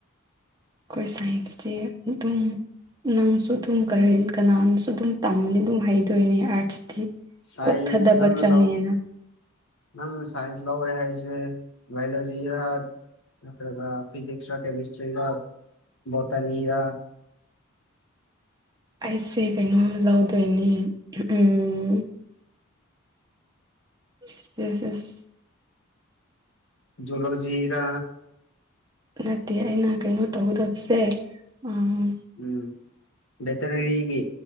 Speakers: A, on the right; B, on the left.
A: ꯈꯣꯏ ꯁꯥꯏꯟꯁꯇꯤ ꯎ ꯗꯨꯝ ꯅꯪꯁꯨ ꯑꯗꯨꯝ ꯀꯔꯦꯟ ꯀꯅꯥꯅꯁꯨ ꯑꯗꯨꯝ ꯇꯝꯃꯗꯤ ꯑꯗꯨꯝ ꯍꯩꯗꯣꯏꯅꯦ ꯑꯥꯔꯠꯁꯇꯤ
B: ꯁꯥꯏꯟꯁ
A: ꯀꯣꯛ ꯊꯗꯕ
B: ꯅꯪꯅ
A: ꯆꯪꯉꯦꯅ
B: ꯂꯧ ꯅꯪꯅ ꯁꯥꯏꯟꯁ ꯂꯧꯋꯦ ꯍꯥꯏꯁꯦ ꯕꯥꯏꯑꯣꯂꯣꯖꯤꯔꯥ ꯅꯠꯇ꯭ꯔꯒ ꯐꯤꯁꯤꯛꯁ ꯔ ꯀꯦꯃꯤꯁꯇ꯭ꯔꯤ ꯅꯠꯇ꯭ꯔꯥꯒ ꯔꯣꯇꯅꯤ ꯔ
A: ꯑꯩꯁꯦ ꯀꯩꯅꯣ ꯂꯧꯗꯣꯏꯅꯤ ꯎꯝ <unintelligible>
B: ꯖꯨꯂꯣꯖꯤꯔ
A: ꯅꯠꯇꯦ ꯑꯩꯅ ꯀꯩꯅꯣ ꯇꯧꯒꯗꯕꯁꯦ ꯑꯥ
B: ꯎꯝ ꯕꯦꯇꯅꯔꯤꯒꯤ